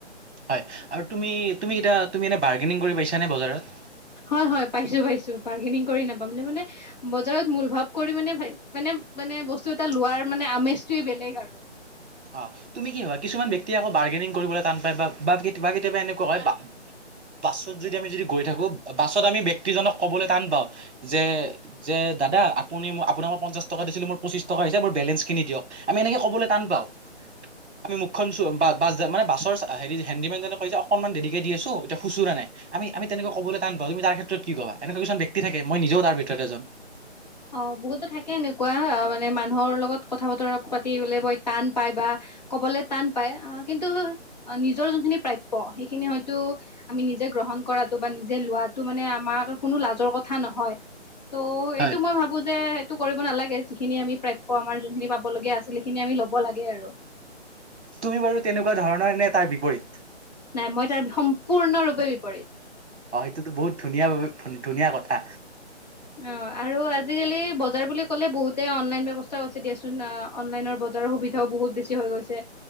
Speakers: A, on the right; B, on the left.
A: হয়। আৰু তুমি-তুমি এতিয়া তুমি এনে বাৰ্গেনিং কৰি পাইছা নে বজাৰত?
B: হয়-হয়, পাইছোঁ-পাইছোঁ। বাৰ্গেনিং কৰি নাপাম নে মানে বজাৰত মূল ভাৱ কৰি মানে-মানে মানে বস্তু এটা লোৱাৰ মানে আমেজটোৱে বেলেগ আৰু।
A: অ' তুমি কি হয়, কিছুমান ব্যক্তিয়ে আকৌ বাৰ্গেনিং কৰিবলৈ টান পায় বা-বা তোমাৰ কেতিয়াবা এনেকুৱা হয় বাছত যদি আমি যদি গৈ থাকো বাছত আমি ব্যক্তিজনক ক'বলৈ টান পাওঁ যে যে দাদা আপুনি ম আপোনাক মই পঞ্চা টকা দিছিলো মোৰ পঁচি টকা হৈছে মোৰ বেলেঞ্চখিনি দিয়ক, আমি এনেকে কবলৈ টান পাও। আমি মুখখন বা-বা-বাছ মানে বাছৰ হেৰি হেণ্ডিমেন যনে কৈ যে অকনমান দেৰিকে দি আছো এতিয়া খুচুৰা নাই। আমি আমি তেনেকৈ ক'বলৈ টান পাও, তুমি তাৰ ক্ষেত্ৰত কি কবা, এনেকুৱা কিছুমান ব্যক্তি থাকে মই নিজেও তাৰ ভিতৰ এজন।
B: অ বহুতো থাকে এনেকুৱা মানে মা মানুহৰ লগত কথা বতৰা পাতিবলে বই টান পাই বা ক'বলৈ টান পাই, আহ কিন্তু নিজৰ যোনখিনি প্ৰাপ্য সেইখিনি হয়তো আমি নিজে গ্ৰহণ কৰাটো বা নিজে লোৱাটো মানে আমাৰ কোনো লাজৰ কথা নহয়। ত
A: হয়।
B: এ ভাবো যে সেইটো কৰিব নালাগে যিখিনি আমি প্ৰাপ্য আমাৰ যোনখিনি পাবলগীয়া আছিল সেইখিনি আমি লব লাগে আৰু।
A: তুমি বাৰু তেনেকুৱা ধৰণৰ নে তাৰ বিপৰীত?
B: নাই মই তাৰ সম্পূৰ্ণৰূপে বিপৰীত।
A: অ সেটোতো বহুত ধুনীয়া ধুনীয়া কথা।
B: অ আৰু আজিকালি বজাৰ বুলি ক'লে বহুতে অনলাইন বৱস্থাও আছে দিয়াচোন অনলাইনৰ বজাৰ আৰু সুবিধাও বহুত বেছি হৈ গৈছে।